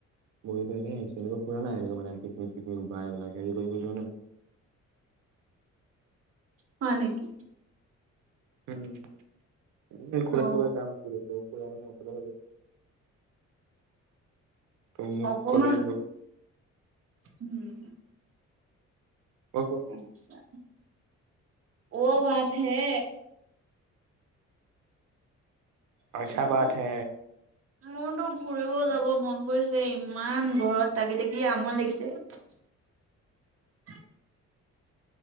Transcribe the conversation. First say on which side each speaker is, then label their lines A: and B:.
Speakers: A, on the right (about 80°); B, on the right (about 50°).
A: বহতো এনেইছো এনেকা ফুৰা নাই এনেকুৱ মানে পিকনিক চিকনিক বাইক হেৰি কৰিব যোৱা নাই। <inaudible>
B: হয় নেকি?
A: উম! খোড়াৰ
B: অ
A: কিবা কাম আছিলে ত খুড়াই মানে অকলে গ'ল গৈ ত' মোক
B: অকমান
A: কলে আৰু
B: উম
A: কোৱা কোৱা
B: আতছা। অ বাত হে।
A: আচ্ছা বাত
B: উম!
A: হে
B: মোৰ তো ফুৰিব যাব মন গৈছে ইমান ঘৰত থাকি থাকি আমনি লাগিছে। আৰে